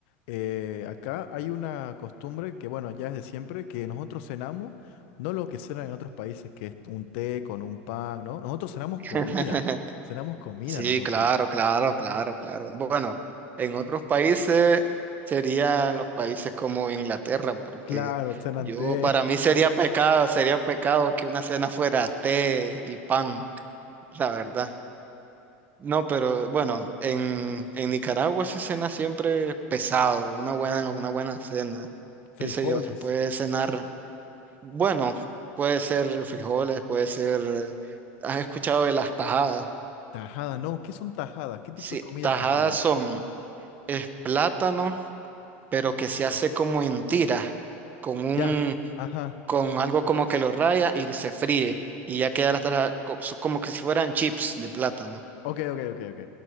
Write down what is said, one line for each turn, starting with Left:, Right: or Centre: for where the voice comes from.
Left: eh, acá hay una costumbre que, bueno, ya es de siempre, que nosotros cenamos, no lo que cenan en otros países, que es un té con un pan, ¿no? Nosotros cenamos
Right: <laughs>
Left: comida, cenamos comida
Right: Sí,
Left: nosotros.
Right: claro, claro, claro, claro. Bueno, en otros países serían los países como Inglaterra, porque
Left: Claro, cenan
Right: yo
Left: té,
Right: para mí sería pecado, sería pecado que una cena fuera té y pan, la verdad. No, pero bueno, en, en Nicaragua se cena siempre pesado, una buena, una buena cena,
Left: <laughs> frijoles.
Right: qué sé yo, se puede cenar, bueno, puede ser frijoles, puede ser, eh, ¿has escuchado de las tajadas?
Left: Tajada, no, ¿qué son tajadas? ¿Qué tipo
Right: Sí,
Left: de comida
Right: tajadas
Left: es tajada?
Right: son es plátano, pero que se
Left: Uy.
Right: hace como en tiras, con un,
Left: Ya, ajá.
Right: con algo como que lo raya y se fríe. Y ya queda hasta co- so- como que si fueran chips de plátano.
Left: Ok, ok, ok, ok.